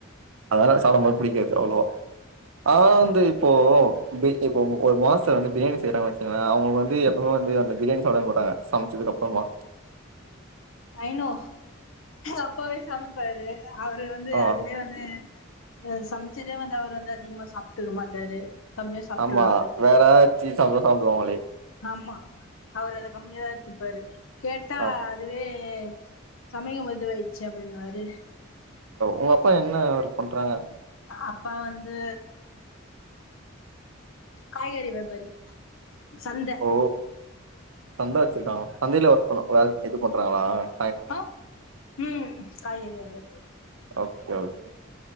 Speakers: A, on the right (about 85°); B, on the left (about 80°).
A: அதலா சாப்டும்போது பிடிக்காது அவ்ளவா ஆஹ் வந்து இப்போ இப்போ ஒரு மாஸ்டர் வந்து பிரியாணி செய்றாங்க வச்சு அவங்களுக்கு வந்து எப்பவுமே வந்து அந்த பிரியாணி சாப்பிட மாட்டாங்க சமைச்சதுக்கு அப்புறமா
B: ஐனோ அப்பாவே சமைச்சாரு அவரு வந்து
A: ஆ
B: அதுவே வந்து அஹ் சமைச்சதே வந்து அவரு வந்து அதிகமா சாப்பிட்டுக்க மாட்டாரு கம்மியா சாப்ட்டுருவாரு
A: ஆமா வேற ஸ்வீட் சாப்பிட்டு தான் சாப்டுவாங்களே
B: ஆமா அவரு அத கம்மியாதான் எடுத்துப்பாரு கேட்டா
A: ஆ
B: அதுவே. ஏ சமைக்கபோது ச்ச அப்படின் வாரு
A: உன் அப்பா என்ன ஒர்க் பண்றாங்க.
B: அப்பா வந்து காய்கறி வெபாரி சந்தை.
A: ஓ சந்தா. இருக்காங்க சந்தையில ஒர்க் பண்ணு வே இது பண்ணும் <unintelligible>
B: அஹ உம் காய்கறி அது
A: ஓகே ஓகே.